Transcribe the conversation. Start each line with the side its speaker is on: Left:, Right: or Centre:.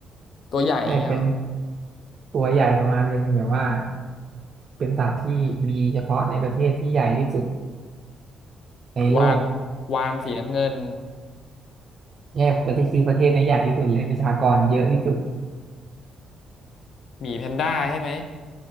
Left: ตัวใหญ่อย่างเงี้ยเหรอ
Right: ไม่เป็นตัวใหญ่ประมาณหนึงแบบว่าเป็นสัตว์ที่มีเฉพาะในประเทศที่ใหญ่ที่สุดในโลก
Left: วานวานสีน้ำเงิน
Right: เนี่ยประเทศคือประเทศน้นใหญ่ที่สุดเลยประชากรเยอะที่สุด
Left: หมีแพนด้าใช่ไหม